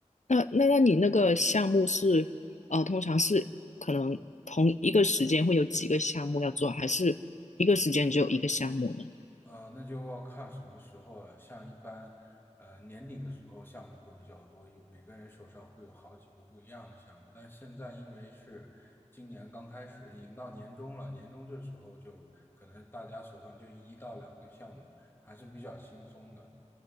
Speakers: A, on the left (about 70°); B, on the left (about 20°).
A: 那那那你那个项目是，呃，通常是可能同一个时间会有几个项目要做，还是一个时间只有一个项目呢？
B: 呃，那就要看什么时候了。像一般，呃，年底的时候项目会比较多，有每个人手上会有好几个不一样的项目。但现在因为是今年刚开始，已经到年终了，年终这时候就可能大家手上就一到两个项目，还是比较轻松的。